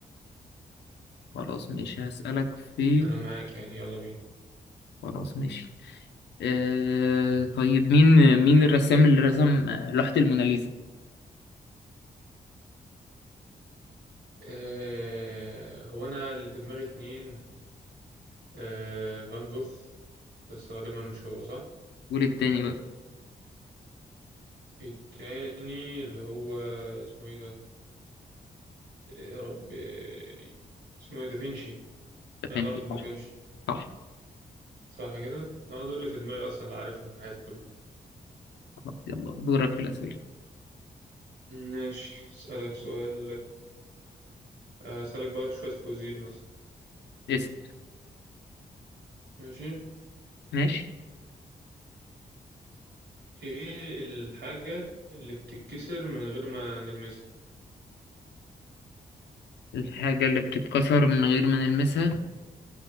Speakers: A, on the left; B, on the right.
A: خلاص ماشي هسألك في
B: انا معاك يعني يلا بينا
A: خلاص ماشي آه طيب مين مين الرسام اللي رسم آه، لوحة الموناليزا
B: آه هو انا اللي في دماغي اتنين آه فان جوخ بس غالبا مش هو صح
A: قول التاني بقى
B: التاني اللي هو اسمه ايه ده يا رب إيه، اسمه ايه دافنشي
A: ده
B: ليوناردو
A: فين
B: دافنشي
A: صح صح
B: صح كده انا دول اللي في دماغي اصلا اللي عارفهم في حياتي كلهم
A: خلاص يلا دورك في الأسئلة
B: ماشي اسالك سؤال آه، اسالك بقى شويه فوازير مثلا
A: اسأل
B: ماشي
A: ماشي
B: ايه الحاجه اللي بتتكسر من غير ما نلمسها
A: الحاجة اللي بتتكسر من غير ما نلمسها